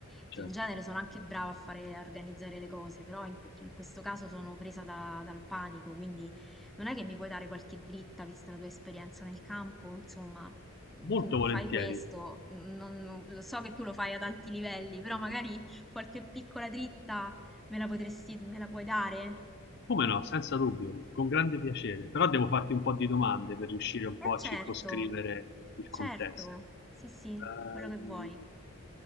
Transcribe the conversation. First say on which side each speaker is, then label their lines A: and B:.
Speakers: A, in the centre; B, on the left (about 50°).
A: che
B: certo.
A: in genere sono anche brava a fare, a organizzare le cose, però in, que- in questo caso sono presa da- dal panico, quindi... Non è che mi puoi dare qualche dritta, vista la tua esperienza nel campo? Insomma, mm,
B: Molto
A: tu
B: volentieri.
A: fai questo, n- non- non- lo so che tu lo fai ad alti livelli, però magari qualche piccola dritta me la potresti, me la puoi dare?
B: Come no, senza dubbio, con grande piacere. Però devo farti un po' di domande per riuscire un po'
A: Eh
B: a
A: certo,
B: circoscrivere il
A: certo,
B: contesto.
A: sì sì,
B: Ehm,
A: quello che vuoi.